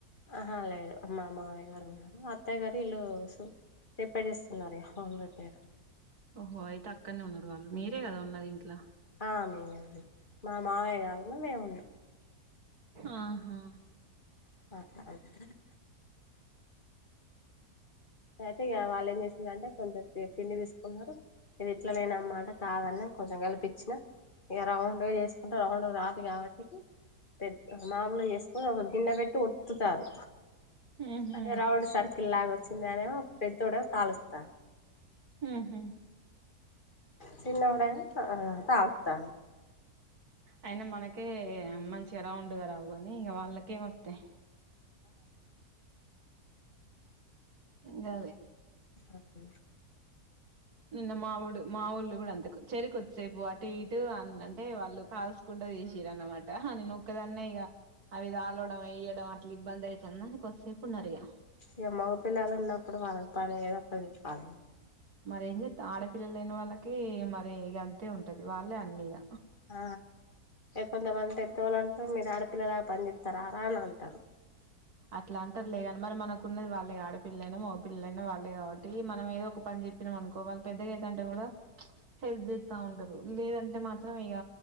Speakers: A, on the left; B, on the right.
A: ఆహా లేరు మా మావయ్య గారు ఉన్నారు అత్తయ్య గారు ఇల్లు సు రిపేర్ చేస్తున్నారే హోమ్ రిపేర్
B: ఓహో అయితే అక్కడనే ఉన్నారు వాళ్ళు మీరే కదా ఉన్నది ఇంట్లో.
A: ఆ మేమే ఉన్నాం మా మావయ్య కాదు మేము ఉన్నాం
B: ఆహా
A: బ <inaudible> అయితే ఇక వాళ్ళ ఏం చేసిందంటే కొంచెం పిండి పిసుకు వున్నరు ఇది ఇట్లా లేనమ్మా అంటే కాదన్న కొంచెం కలిపించిన ఇక రౌండ్ చేసుకుంటే రౌండ్ రాదు కాబట్టి. పెద్ మామూలు చేసుకొని ఒక గిన్నె పెట్టి ఒత్తుతారు
B: ఉహు
A: అది రౌండ్ సర్కిల్ లాగా వచ్చింది అనే ఒక పెద్దోడు కాలుస్తా
B: ఉహు
A: చిన్నోడేమో ఆ హ తావుత్తా
B: అయినా మనకే మంచిగా రౌండ్గా రావు గాని ఇగ వాళ్ళకేమొత్తాయి గదే
A: ఓకే <inaudible>
B: నిన్న మావోడు మా వోళ్ళు కూడా అంతే చెరి కొద్దిసేపు అటు ఇటు అ అంటే వాళ్ళు కాల్సుకుంటది తీసిన్రు అన్నమాట అహా నేనుక్కదాన్నే ఇక అవి కాలడం వేయ్యడం అట్లా ఇబ్బంది అవుతుంద అని కొసేపు ఉన్నారు ఇక
A: ఈ మగ పిల్లలు ఉన్నప్పుడు వాళ్ళకి పని ఏదొ అప్పచెప్పాలి
B: మరి ఏంచెత్తవ్ ఆడపిల్లలు లేని వాళ్ళకి మరి ఇగ అంతే ఉంటది వాళ్ళే అన్ని ఇగ
A: అ కొంతమంది పెద్దోళ్ళు అంటరు మీరు ఆడపిల్లలాగా పనిచేత్తరార అని అంటరు
B: అట్ల అంటరు లే కాని మరి మనకున్న వాళ్ళే ఆడపిల్లలైనా మగ పిల్లలైనా వాళ్ళే కాబట్టి మనం ఏదో ఒక పని చెప్పి చెప్పినవ్ అనుకో వాళ్ళ పెద్దగా అయితుంటే కూడా హెల్ప్ చేత్తా ఉంటారు లేదంటే మాత్రం ఇక